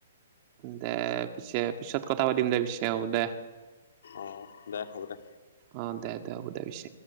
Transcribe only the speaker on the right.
দে পিছে পিছত কথা পাতিম দে, পিছে অ', দে।
অ', দে, দে হ'ব দে পিছে।